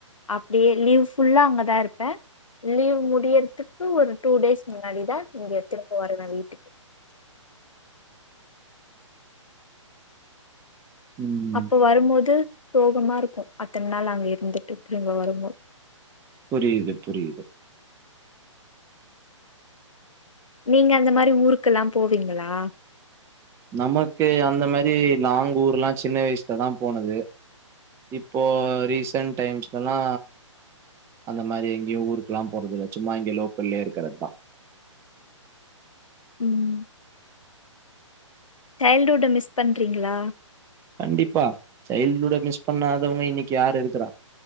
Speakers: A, on the left; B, on the right.
A: அப்டியே லீவ் ஃபுல்லா அங்கதா இருப்ப லீவ் முடியறதுக்கு ஒரு டூ டேஸ் முன்னாடிதா இங்க திரும்ப வருவே வீட்டுக்கு
B: ம்
A: அப்போ வரும்போது சோகமா இருக்கும் அத்தன நாள் அங்க இருந்துட்டு திரும்ப வரும்போது
B: புரிது புரியுது
A: நீங்க அந்த மாதிரி ஊருக்கெல்லாம் போவீங்களா
B: நமக்கு அந்த மாதிரி லாங் ஊர் எல்லாம் சின்ன வயசுலதா போனது இப்போ ரீசன்ட் டைம்ஸ்லல்லா அந்த மாதிரி எங்கயும் ஊருக்குல்லாம் போறதுதில்ல சும்மா இங்கே லோக்கல்லயே இருக்கிறதுதா
A: ம் சைல்டுஹுட்ட மிஸ் பண்ணுறீங்களா
B: கண்டிப்பா சைல்டுஹுட்ட மிஸ் பண்ணாதவங்க இன்னைக்கு யாரு இருக்குறா